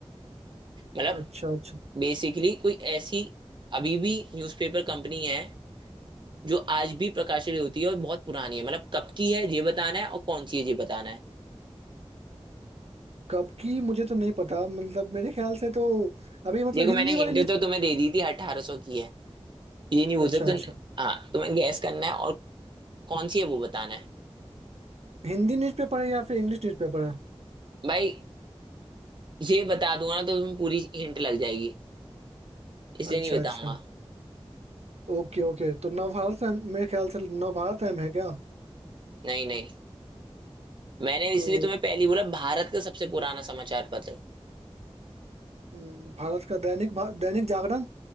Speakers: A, on the right; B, on the right.
A: मतलब
B: अच्छा अच्छा
A: बेसिकली कोई ऐसी अभी भी न्यूज़पेपर कंपनी है जो आज भी प्रकाशित होती है और बहुत पुरानी है मतलब कब की है ये बताना है और कौन सी है ये बताना है
B: कब की मुझे तो नहीं पता मतलब मेरे ख्याल से तो अभी मतलब
A: देखो
B: हिंदी
A: मैंने हिंट
B: वाली न्यूज
A: तो तुम्हें दे दी थी अठारह सौ की है ये नहीं बोल
B: अच्छा
A: सकते
B: अच्छा
A: हाँ तुम्हें गैस करना है और कौन सी है वो बताना है
B: हिंदी न्यूज़पेपर है या फिर इंग्लिश न्यूज़पेपर है
A: भाई ये बता दूंगा ना तो तुम्हें पूरी हिंट लग जाएगी इसलिए
B: अच्छा
A: नहीं बताऊंगा
B: अच्छा Okay okay तो नवभारत M- मेरे ख्याल से नवभारत टाइम है क्या
A: नहीं नहीं मैंने इसलिए
B: तो
A: तुम्हें पहले ही बोला भारत का सबसे पुराना समाचार पत्र
B: हम्म, भारत का दैनिक भा, दैनिक जागरण